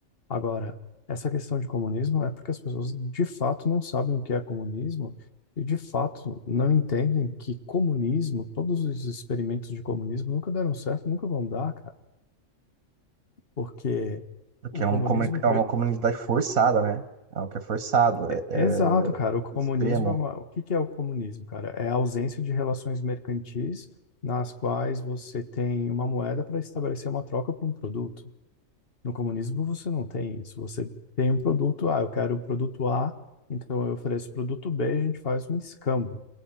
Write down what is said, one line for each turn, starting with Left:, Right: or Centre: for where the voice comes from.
Left: Agora, essa questão de comunismo é porque as pessoas de fato não sabem o que é comunismo e de fato não entendem que comunismo, todos os experimentos de comunismo nunca deram certo, nunca vão dar, cara. Porque
Right: Porque
Left: o
Right: é
Left: comunismo.
Right: uma, comuni- é
Left: pre-
Right: uma comunidade forçada, né? É algo que é forçado,
Left: é-
Right: é, é
Left: é- Exato, cara. O comunismo
Right: extremo,
Left: é uma... O que que é o comunismo, cara? É a ausência de relações mercantis nas quais você tem uma moeda para estabelecer uma troca por um produto. No comunismo você não tem isso. Você tem um produto A, eu quero o produto A, então eu ofereço o produto B, a gente faz um escambo.